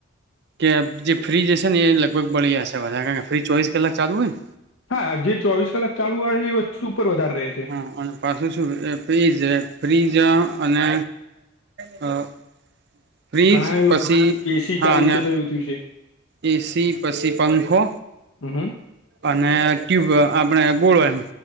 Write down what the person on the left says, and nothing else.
હા જે ચોવીસ કલાક ચાલુ આવે એ વસ્તુ ઉપર વધારે રહેશે.
ઘણાને
લો એસી
ચાલુ
છે તો એવું થયું છે
હહહ